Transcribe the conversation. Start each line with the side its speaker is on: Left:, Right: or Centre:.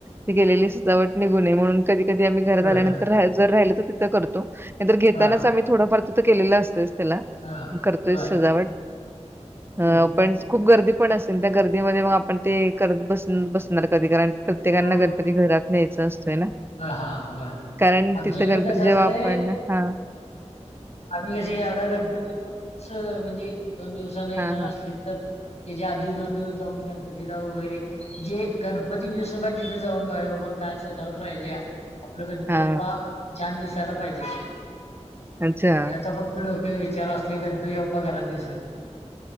Right: ती केलेली सजावट निघू नये म्हणून कधी कधी आम्ही घरात
Left: होय
Right: आल्यानंतर
Left: होय
Right: ऱ्हायला जर राहिलं तर तिथं करतो. नाही तर घेतानाच
Left: हा
Right: आम्ही थोडंफार तिथं केलेलं असतयचं त्याला,
Left: हा
Right: करतोयच
Left: बर
Right: सजावट.
Left: हम्म
Right: अ - पण खूप गर्दी पण असेल. त्या गर्दीमध्ये मग आपणं ते करत बस बसणार कधी. कारण प्रत्येकांना
Left: होय
Right: गणपती घरात न्यायचं अस तोय ना.
Left: हा हा बर
Right: कारण
Left: आमच्या
Right: तिथं
Left: इकडे
Right: गणपती
Left: कसं
Right: जेव्हा
Left: असतंय
Right: आपण, हा
Left: आम्ही अशी आता गणपती दोन दिवस म्हणजे, दोन दिवसांन येणार
Right: हा हा
Left: असली तर त्याच्या आधी दोन दिवस जाऊन गणपतीला वगैरे, जे गणपती <unintelligible> तिथे जाऊन बघायचं बाबा काय सजावट राहिल्या, आपलं गणपती
Right: हा
Left: बाप्पा, छान दिसायला पाहिजे.
Right: अच्छा
Left: याचा फक्त विचार असतो गणपती बाप्पा घरात दिसलं,